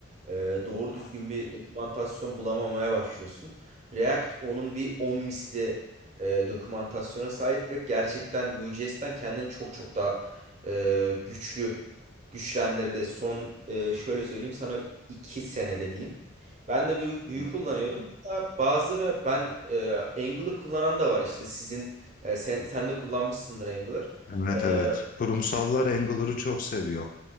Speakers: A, on the right; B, on the left.
A: Ee, doğru
B: Ha.
A: düzgün bir dokümantasyon bulamamaya başlıyorsun. React onun bir 10 misli e, dokümantasyona sahip ve gerçekten Vue.js'ten kendini çok çok daha e, güçlü güçlendirdi. Son e, şöyle söyleyeyim sana 2 senede diyeyim. Ben de Vue, Vue
B: Hmm.
A: kullanıyordum. Hatta bazıları ben e, Angular kullanan da var işte sizin e, sen, sen de kullanmışsındır Angular.
B: Evet
A: E,
B: evet. Kurumsallar Angular'ı çok seviyor.